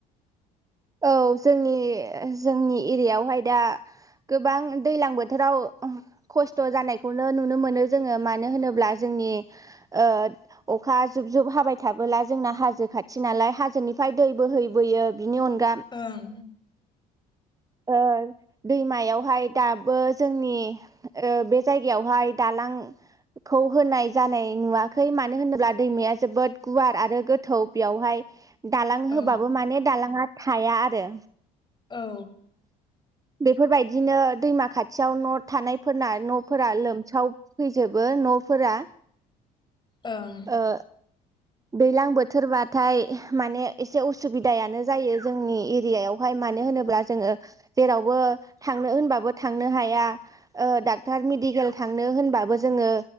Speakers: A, on the right; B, on the left.
A: औ जोंनि - जोंनि एरियायावहाय दा गोबां दैज्लां बोथोराव खस्थ' जानायखौनो नुनो मोनो जोङो मानो होनोब्ला जोंनि ओ अखा जुब - जुब हाबाय थाबोला जोंना हाजो खाथि नालाय हाजोनिफ्राय दै बोहैबोयो बिनि अन दा
B: ओं
A: ओ ओ दैमायावहाय दाबो जोंनि ओ बे जायगायावहाय दालांखौ होनाय जानाय नुवाखै मानो होनोब्ला दैमाया जोबोद गुवार आरो गोथौ बेयावहाय दालां होबाबो
B: औ
A: माने दालाङा थाया आरो।
B: औ।
A: बेफोरबायदिनो दैमा खाथियाव नट थानायफोरना न'फोरा लोम साव फैजोबो न'फोरा।
B: ओं।
A: ओ दैलां बोथोरबाथाय माने एसे उसुबिदायानो जायो जोंनि एरियायावहाय मानो होनोब्ला जोङो जेरावबो थांनो होनबाबो थांनो हाया ओ डाक्टार मेडिकेल थांनो होनबाबो जोंङो